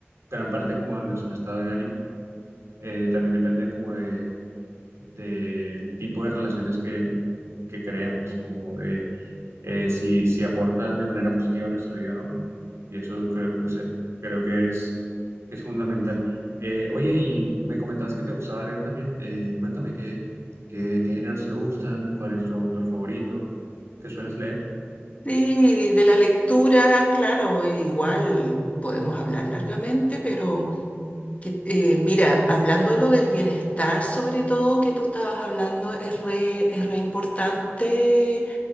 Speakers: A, on the right; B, on the left.
A: gran parte como de nuestro estado de ánimo eh, también depende como de, del tipo de relaciones que, que creemos, como de eh, si, si aportan de manera positiva a nuestra vida o no. Y eso creo, no sé, creo que es, que es fundamental. Eh, oye, y me comentabas que te gustaba leer también. Eh, cuéntame qué, qué, qué géneros te gustan, cuál es tu autor favorito, qué sueles leer.
B: Sí, de la lectura, claro, igual podemos hablar largamente, pero... Que, eh, mira, hablando de lo del bienestar, sobre todo que tú estabas hablando, es re, es re importante.